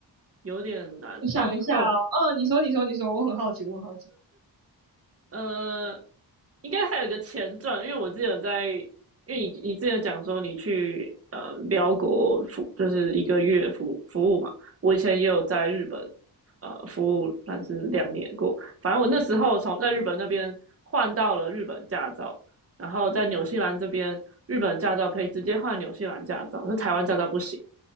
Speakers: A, on the right (about 35°); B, on the right (about 55°).
A: 有点难。
B: 我想一下哦，
A: 哦哦，
B: 嗯，你说，你说，你说，我很好奇，我很好奇。
A: 呃，应该还有一个前传，因为我之前在，因为你你之前讲说你去呃辽国服，就是一个月服服务嘛。我以前也有在日本呃服务，但是两年过。反正我那时候从在日本那边换到了日本驾照，然后在纽西兰这边，日本驾照可以直接换纽西兰驾照，是台湾驾照不行。